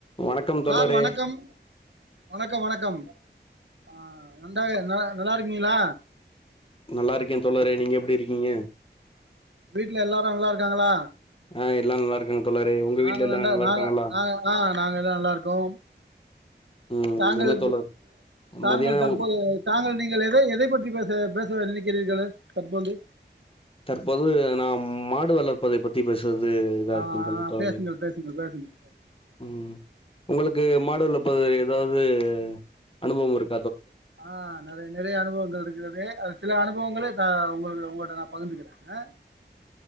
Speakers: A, on the left; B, on the right.
A: வணக்கம் தோழரே
B: சார் வணக்கம் வணக்கம் வணக்கம் ஆ நண்ட ஆ நல்லா இருக்கீங்களா
A: நல்லா இருக்கேன் தோழரே நீங்க எப்படி இருக்கீங்க
B: வீட்ல எல்லாரும் நல்லா இருக்காங்களா
A: ஆ எல்லா நல்லா இருக்காங்க தோழரே உங்க
B: நாங்க
A: வீட்ல எல்லா
B: நா
A: நல்லா
B: நாங்க
A: இருக்காங்களா
B: நாங்க ஆ நாங்க எல்லாம் நல்லா இருக்கோம்
A: ம்
B: தாங்கள்
A: என்ன தோழர்
B: தாங்கள்
A: மதியான
B: தற்போது தாங்கள் நீங்கள் எதை எதை பற்றி பேச பேச நினைக்கிறீர்கள் தற்போது
A: தற்போது நான் மாடு வளர்ப்பதைப் பத்தி பேச இதா
B: ஆ
A: இருக்கும் தோழரே
B: பேசுங்கள் பேசுங்கள் பேசுங்கள்
A: ம் உங்களுக்கு மாடு பத்தி ஏதாவது அனுபவம் இருக்
B: ஆ நறைய நிறைய அனுபவங்கள் இருக்கிறது அது சில அனுபவங்களே உங்களுக்கு உங்களிட்ட நான் பகிந்துக்கிறே ஆ